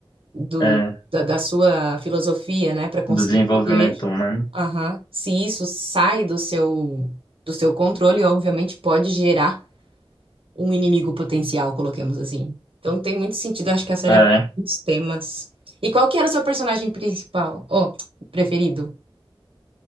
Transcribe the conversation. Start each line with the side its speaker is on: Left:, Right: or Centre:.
Right: do,
Left: eh,
Right: da, da sua filosofia, né, para conseguir
Left: do desenvolvimento
Right: poder,
Left: humano.
Right: aham, se isso sai do seu, do seu controle, obviamente pode gerar um inimigo potencial, coloquemos assim. Então tem muito sentido. Acho que a série
Left: Eh,
Right: aborda muitos temas. E qual que era o seu personagem principal? Oh, preferido?